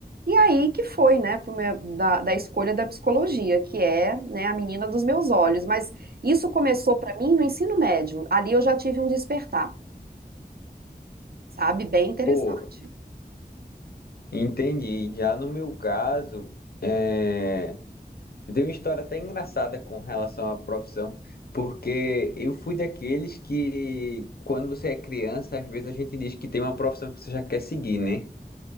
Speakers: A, on the right (about 70°); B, on the left (about 70°).
A: E aí que foi, né, pro meu- da, da escolha da psicologia, que é, né, a menina dos meus olhos. Mas isso começou para mim no ensino médio. Ali eu já tive um despertar. Sabe? Bem interessante.
B: Pô, entendi. Já no meu caso, é... eu tenho uma história até engraçada com relação à profissão, porque eu fui daqueles que, quando você é criança, às vezes a gente diz que tem uma profissão que você já quer seguir, né?